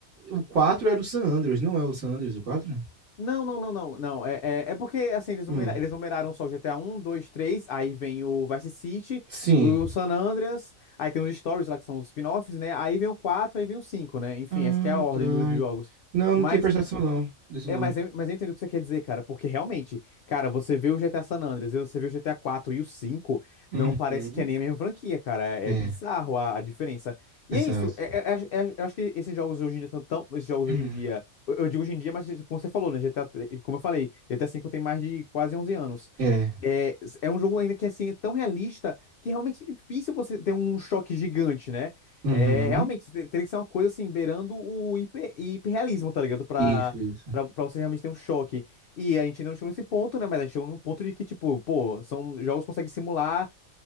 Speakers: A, on the right (about 55°); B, on the left (about 60°).
A: o quatro era o San Andreas, não é o San Andreas, o 4?
B: Não, não, não, não, não. É, é, é porque assim, eles
A: Hum,
B: numeraram, eles numeraram só o GTA um, 2, 3. aí vem o Vice City,
A: sim.
B: o San Andreas, aí tem os stories lá que são os spin-offs, né? Aí vem o 4, aí vem o 5, né? Enfim,
A: Ah,
B: essa que é a ordem
A: tá.
B: do- dos jogos.
A: Não,
B: Mas
A: não tinha prestado atenção, não. Disso
B: é,
A: não.
B: mas eu, mas eu entendo o que você quer dizer, cara, porque realmente, cara, você vê o GTA San Andreas, e você vê o GTA 4 e o 5, não
A: Uhum.
B: parece que é nem a mesma franquia, cara. É
A: É,
B: é bizarro a, a diferença. E
A: exato.
B: é isso, é- é- é- é- eu acho que esses jogos hoje em dia estão tão. Esses jogos
A: Hum,
B: hoje em dia. Eu, eu digo hoje em dia, mas como você falou, né? GTA, tre- como eu falei, GTA 5 tem mais de quase 11 anos.
A: É.
B: É, é um jogo ainda que assim é tão realista que realmente é difícil você ter um choque gigante, né?
A: Uhum.
B: É, realmente, te- teria que ser uma coisa assim, beirando o hiper, hiperrealismo, tá ligado? Pra
A: Isso, isso.
B: Pra, pra você realmente ter um choque. E a gente ainda não chegou nesse ponto, né? Mas a gente chegou num ponto de que, tipo, pô, são jogos que conseguem simular